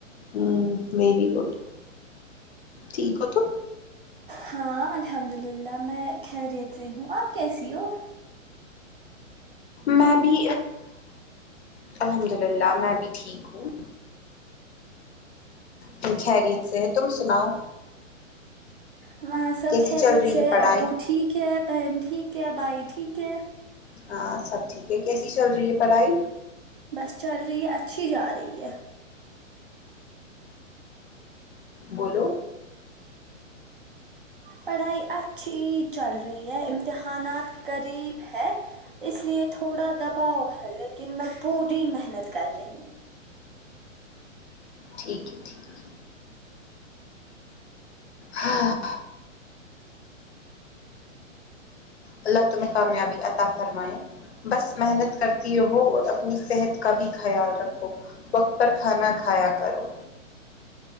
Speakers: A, on the left; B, on the right.
A: ہوں میری گڈ ٹھیک ہو تو
B: ہاں الحمد للہ میں خیریت سے ہوں آپ کیسی ہو
A: میں بھی الحمد للہ میں بھی ٹھیک ہوں ج خیریت سے ہے تم سناؤ
B: وہاں سب
A: کیسی
B: خیریت
A: چل رہی
B: سے
A: ہے
B: ہیں
A: پڑھائی
B: ابو ٹھیک ہے بہن ٹھیک ہے بھائی ٹھیک ہے
A: ہاں سب ٹھیک ہے کیسی چل رہی ہے پڑھائی
B: بس چل رہی ہے اچھی جا رہی ہے
A: بولو
B: پڑھائی اچھی چل رہی ہے امتحانات قریب ہے اس لیے تھوڑا دباؤ ہے لیکن میں پوری محنت کر رہی ہوں
A: ٹھیک ہے ٹھیک ہے ہاں اللہ تمہیں کامیابی عطا فرمائے بس محنت کرتی رہو اور اپنی صحت کا بھی خیال رکھو وقت پر کھانا کھایا کرو